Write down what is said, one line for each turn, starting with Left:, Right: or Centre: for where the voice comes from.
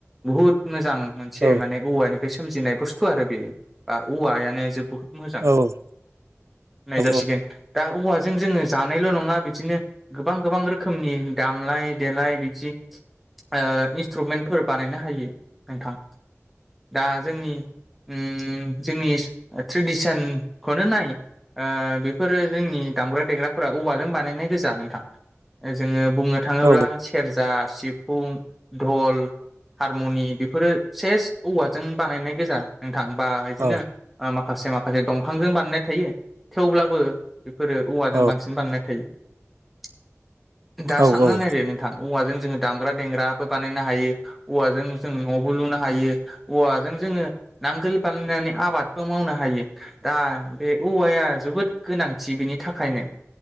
Centre: बुहुद मोजां मोनसे
Right: औ
Centre: माने औवानिफ्राय सोमजिनाय बुस्थु आरो बेयो बा औवायानो जोबोद मोजां
Right: औ
Centre: नायजासिगोन
Right: औ
Centre: दा औवाजों जोङो जानायल' नङा बिदिनो गोबां गोबां रोखोमनि दामलाय देेलाय बिदि ओ इन्सट्रुमेन्टफोर बानायनो हायो नोंथां दा जोंनि ओम जोंनि ट्रेडिसनखौनो नाय ओ बेफोरो जोंनि दामग्रा देग्रा फ्रा औवाजों बानायनाय गोजा नोंथां जोङो बुंनो थाङोब्ला
Right: औ
Centre: सेरजा सिफुं धल हारमुनि बेफोरो सेस औवाजों बानायनाय गोजा थां बा बिदिनो
Right: औ
Centre: माखासे माखासे दंफांजों बानायनाय थायो थेवब्लाबो बेफोरो औवाजों
Right: औ
Centre: बांसिन बानायनाय थायो
Right: औ
Centre: दा साननानै नायदो नोंथां औवाजों जोङो दामग्रा देग्राबो बानायनो हायो औवाजों जों न'बो लुनो हायो औवाजों जोङो नांगोल बानायनानै आबादबो मावनो हायो दा बे औवाया जोबोद गोनांथि बेनि थाखायनो